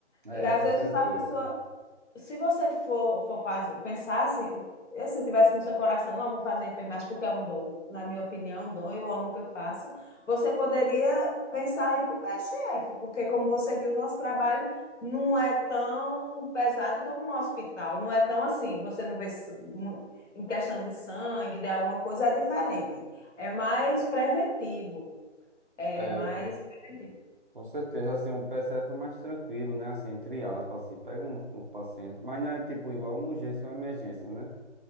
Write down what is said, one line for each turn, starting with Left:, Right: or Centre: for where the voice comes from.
Right: É,
Left: E às
Right: com
Left: vezes
Right: certeza.
Left: a pessoa, se você for, for fazer, pensar assim, assim, tivesse no seu coração, não, vou fazer enfermagem porque é um dom, na minha opinião, é um dom, eu amo o que eu faço, você poderia pensar aí para o PSF, porque como você viu, o nosso trabalho não é tão pesado como um hospital, não é tão assim, você não vê em questão de sangue, de alguma coisa, é diferente, é mais preventivo, é
Right: É,
Left: mais
Right: é, com
Left: preventivo.
Right: com certeza, assim, um PSF é mais tranquilo, né? Assim, entre aspas, assim, pega uns, uns pacientes, mas não é tipo igual uma urgência ou uma emergência, né?